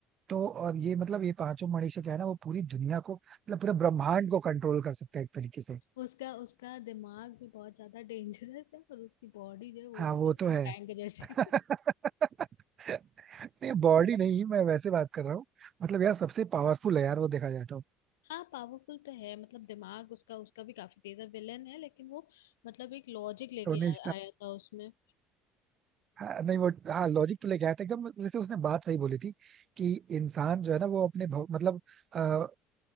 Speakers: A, on the right (about 45°); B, on the left (about 80°).
A: तो और ये मतलब ये पांचों मणि से क्या है ना वो पूरी दुनिया को मतलब पूरे ब्रह्मांड को कंट्रोल कर सकता है एक तरीके से
B: उसका उसका दिमाग भी बहुत ज्यादा डेंजरस है और उसकी बॉडी जो है वो
A: हाँ
B: भी
A: वो
B: एकदम
A: तो है
B: टैंक जैसी
A: <laughs> नहीं बॉडी नहीं मैं वैसे बात कर रहा हूँ मतलब यार सबसे पावरफुल है यार वो देखा जाए तो
B: हाँ पावरफुल तो है मतलब दिमाग उसका उसका भी काफी तेज है विलेन है लेकिन वो मतलब एक लॉजिक लेके
A: टोनी
B: आ, आया था उसमें
A: हाँ नहीं वो हाँ लॉजिक तो लेके आया था एकदम जैसे उसने बात सही बोली थी कि इंसान जो है ना वो अपने भव- मतलब अ, अ,